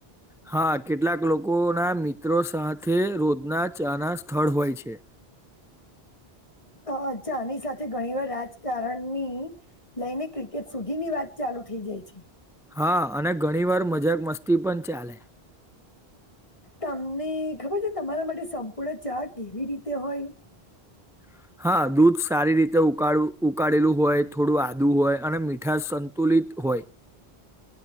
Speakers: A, in the centre; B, on the left.
A: હા કેટલાક લોકો ના મિત્રો સાથે રોજના ચાના સ્થળ હોય છે <inaudible>
B: તો આ ચાની સાથે ઘણી વાર રાજકારણની લઈને ક્રિકેટ સુધીની વાત ચાલુ થઈ જાય છે
A: હા અને ઘણી વાર મજાક મસ્તી પણ ચાલે
B: તમને ખબર છે તમારા માટે સંપૂર્ણ ચા કેવી રીતે હોય
A: <inaudible> <inaudible> હા દૂધ સારી રીતે ઉકાળ ઉકાળેલું હોય થોડું આદું હોય અને મીઠા સંતુલિત હોય